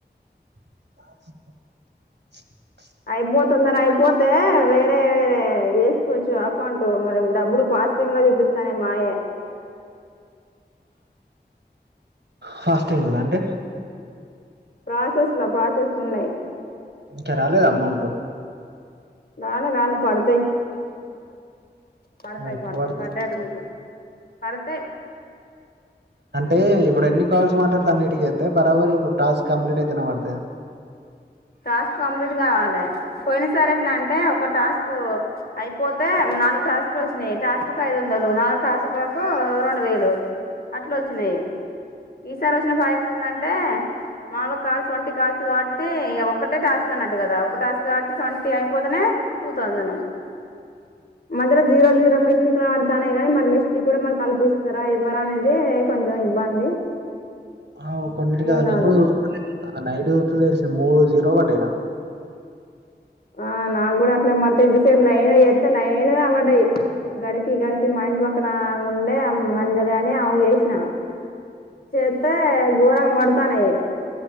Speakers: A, on the right; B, on the left.
A: <inaudible>
B: అయిపో తొందర అయిపోతే వేరే వేరే చేసుకోవచ్చు అకౌంట్ మరి డబ్బులు ప్రాసెసింగ్ లా చూపిస్తానే మాయే
A: ఫాస్టింగ్ల అంటే
B: ప్రాసెస్ల ప్రాసెస్ల ఉన్నాయి
A: ఇంకా రాలేదు అమౌంట్
B: రాలే రాలే పడతాయి పడతాయి
A: ఎప్పుడు
B: పడతాయి
A: పడతది
B: పడ్డట్టు మే పడుతాయి
A: అంటే ఇప్పుడు ఎన్ని కాల్స్ మాట్లాడుతే అన్నిటికి ఎస్తే బరాబరి ఇప్పుడు టాస్క్ కంప్లీట్ అయితేనే పాడుతాయా
B: టాస్క్ కంప్లీట్ కావాలే పోయిన సారి ఎట్లా అంటే ఒక టాస్క్ అయిపోతే నాలుగు టాస్కులు వచ్చినాయి టాస్క్ ఐదు వందలు నాలుగు టాస్కులకు రెండు వేయిలు అట్లా వచ్చినాయి ఈసారి వచ్చిన ప్రాజెక్ట్ ఏంది అంటే నాలుగు కాల్స్ ట్వంటి కాల్స్ కాబట్టి ఒకటే టాస్క్ అన్నట్టు కదా ఒక టాస్క్ కాబట్టి ట్వంటీ అయిపోతనే టూ థౌసేంన్ మద్యల జీరో జీరో మి మిస్టికులు పడతానే గాని మరి మిస్టిక్ కూడా మరి కలిపి ఇస్తారా ఇవ్వరా అనేది కొంచెం ఇబ్బంది
A: అవు కొన్నిటి
B: చూడాలి
A: అసలు నేను కూడా చూసుకోలే <inaudible> అక్కడ నైట్ చూతే తెలిసింది మూడు జీరో లు పడ్డాయి నాకు
B: ఆ నాకు కూడా అట్లే పడితే ఇంతసేపు లైన్ గా చేస్తా లైన్ గా పడ్డాయి గడికి గడికి మా ఇంటి పక్కన ఆమె ఉండే అంజలి అని ఆమెకు చేసిన చేతే గోరంగా పడుతానాయి